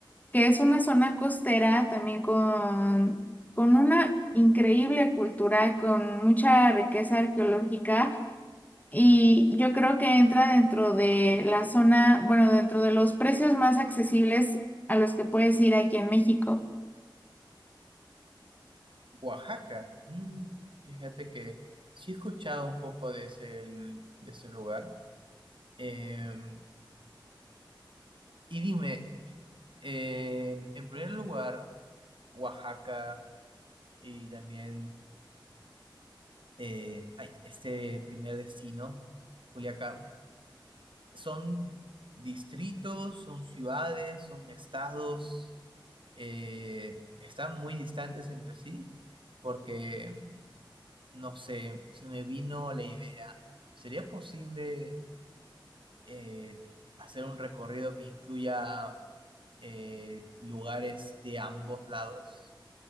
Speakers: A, on the left (about 20°); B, on the right (about 80°).
A: que es una zona costera también con, con una increíble cultura, con mucha riqueza arqueológica y yo creo que entra dentro de la zona, bueno, dentro de los precios más accesibles a los que puedes ir aquí en México.
B: Oaxaca. Mm, fíjate que sí he escuchado un poco de ese, de ese lugar. Em, y dime, em, en primer lugar, Oaxaca y también eh, ay, este primer destino, Culiacán. Son distritos, son ciudades, son estados, eh, están muy distantes entre sí porque, no sé, se me vino la idea. ¿Sería posible eh, hacer un recorrido que incluya eh, lugares de ambos lados?